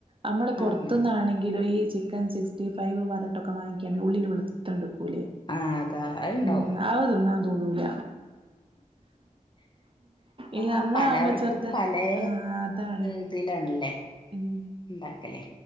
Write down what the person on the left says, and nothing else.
അങ്ങനെ
ആഹ് അതാ അത്ണ്ടാവും
ആഹ്
പലർക്കും
പലേ
ഇതിലാണല്ലേ
ഇണ്ടാക്കലേ